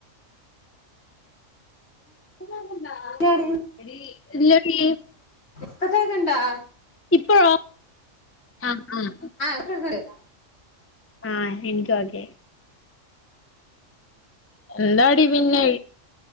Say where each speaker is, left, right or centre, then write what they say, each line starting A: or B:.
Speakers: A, on the left; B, on the left.
A: കേക്ക്ണ്ടാ
B: ഇല്ലടി
A: എടീ ഇല്ലടീ.
B: ഇപ്പ കേക്ക്ണ്ടാ.
A: ഇപ്പഴോ ആഹ് ആഹ്.
B: ഇപ്പൊ കേക്ക്ണ്ട്
A: ആഹ് എനിക്ക് ഒക്കെ. എന്താടി പിന്നെ.